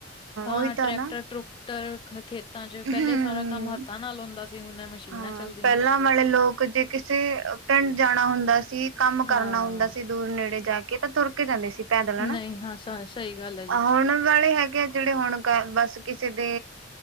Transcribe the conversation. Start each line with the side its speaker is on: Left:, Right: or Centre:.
Left: ਹਾਂ
Right: ਉਹੀ ਤਾਂ
Left: ਟਰੈਕਟਰ-
Right: ਨਾ
Left: ਟਰੁਕ ਟਕ ਖੇਤਾਂ ਚ,
Right: ਹਮ
Left: ਪਹਿਲੇ ਸਾਰਾ ਕੰਮ ਹੱਥਾਂ ਨਾਲ ਹੁੰਦਾ ਸੀ ਹੁਣ ਇਹ ਮਸ਼ੀਨਾਂ
Right: ਹਾਂ
Left: ਚੱਲਦੀਆਂ।
Right: ਪਹਿਲਾਂ ਵਾਲੇ ਲੋਕ ਜੇ ਕਿਸੇ ਪਿੰਡ ਜਾਣਾ ਹੁੰਦਾ ਸੀ, ਕੰਮ
Left: ਹਾਂ।
Right: ਕਰਨਾ ਹੁੰਦਾ ਸੀ ਦੂਰ ਨੇੜੇ ਜਾ ਕੇ, ਤਾਂ ਤੁਰ ਕੇ ਜਾਂਦੇ ਸੀ ਪੈਦਲ, ਹੈਨਾ।
Left: ਨਹੀਂ ਹਾਂ ਸ ਸਹੀ ਗੱਲ ਹੈ ਜੀ
Right: ਆ ਹੁਣ ਵਾਲੇ ਹੈਗੇ ਜਿਹੜੇ ਹੁਣ ਕਰ ਬਸ ਕਿਸੇ ਦੇ